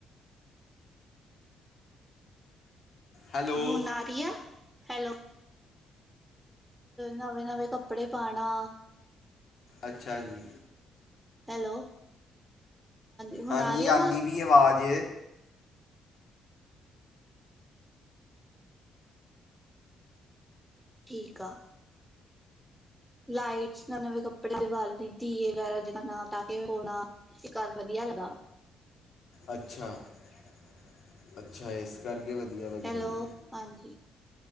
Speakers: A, on the left (about 60°); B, in the centre.
A: ਹੈਲੋ
B: ਹੁਣ ਆ ਰੀ ਆ ਹੈਲੋ ਨਵੇਂ, ਨਵੇਂ ਕੱਪੜੇ ਪਾਣਾ
A: ਅੱਛਾ ਜੀ।
B: ਹੈਲੋ। ਹੁਣ
A: ਹਾਂਜੀ
B: ਆ ਰਹੀ ਆਵਾਜ਼
A: ਆਦੀ ਪੀ ਏ ਆਵਾਜ਼
B: ਠੀਕ ਆ। ਲਾਈਟਸ ਨਵੇ- ਨਵੇਂ ਕੱਪੜੇ ਦੀ ਬਾਲ ਲਈ ਦਿਏ ਵਗੈਰਾ ਜਾ ਪਟਾਕੇ ਫੋੜਨਾ ਤੇ ਘਰ ਵਧੀਆ ਲੱਗਾ
A: ਅੱਛਾ-ਅੱਛਾ ਇਸ ਕਰਕੇ ਵਧੀਆ ਲੱਗਦੀ
B: ਹੈਲੋ
A: ਹੈ
B: ਹਾਂਜੀ।